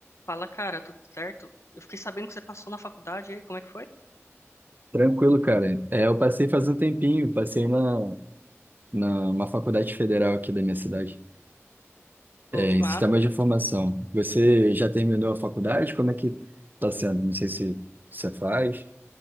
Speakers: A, on the left; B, on the right.
A: Fala, cara, tudo certo? Eu fiquei sabendo que você passou na faculdade, e aí, como é que foi?
B: Tranquilo, cara. É, eu passei faz um tempinho, passei na, na uma faculdade federal aqui da minha cidade,
A: Pô,
B: é,
A: que
B: em
A: massa.
B: sistema de informação. Você já terminou a faculdade? Como é que tá sendo? Não sei se você faz.